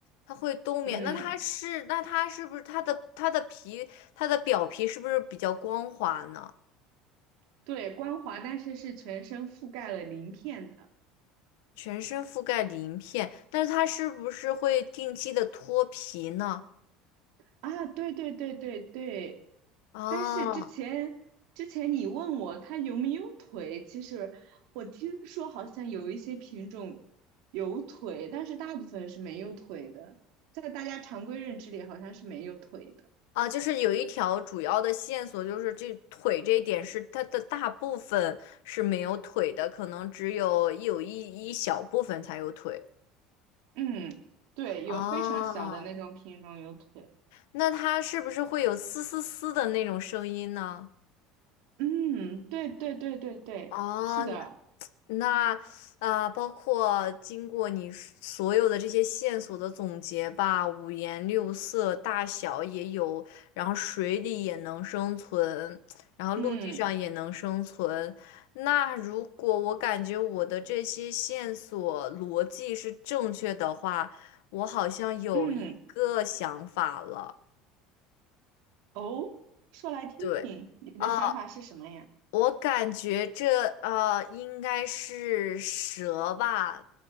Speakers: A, on the left (about 85°); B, on the right (about 70°).
A: 它会冬眠。
B: 嗯，
A: 那它是，那它是不是它的它的皮，它的表皮是不是比较光滑呢？
B: 对，光滑，但是是全身覆盖了鳞片的
A: 全身覆盖鳞片，但是它是不是会定期的脱皮呢？
B: 啊，对对对对对，
A: 啊
B: 但是之前之前你问我它有没有腿，其实我听说好像有一些品种有腿，但是大部分是没有腿的，在大家常规认知里好像是没有腿的。
A: 啊，就是有一条主要的线索，就是这腿这一点是它的大部分是没有腿的，可能只有一有一一小部分才有腿。
B: 嗯，对，
A: 哦、
B: 有非常小的那种品种有腿。
A: 那它是不是会有嘶嘶嘶的那种声音呢？
B: 嗯，对对对对对，
A: 啊，
B: 是的。
A: 那啊、呃包括经过你所有的这些线索的总结吧，五颜六色，大小也有，然后水里也能生存，然后陆地上也能生存。
B: 嗯
A: 那如果我感觉我的这些线索逻辑是正确的话，我好像有一个想法了，
B: 嗯，哦，说来听听，
A: 对。
B: 你的想法是什么呀？
A: 啊。我感觉这呃应该是蛇吧，